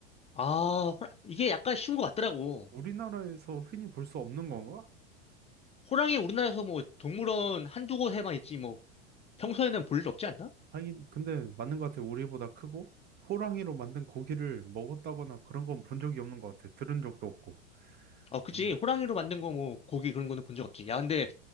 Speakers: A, on the left; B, on the right.
A: 아, 호라- 이게 약간 쉬운 것 같더라고.
B: 우리나라에서 흔히 볼 수 없는 건가?
A: 호랑이 우리나라에서 뭐 동물원 한두 곳에만 있지, 뭐 평소에는 볼 일 없지 않나?
B: 하긴 근데 맞는 것 같아. 우리보다 크고 호랑이로 만든 고기를 먹었다거나 그런 건 본 적이 없는 것 같아. 들은 적도 없고.
A: 어, 그치.
B: 음.
A: 호랑이로 만든 거 뭐, 고기 그런 거는 본 적 없지. 야, 근데,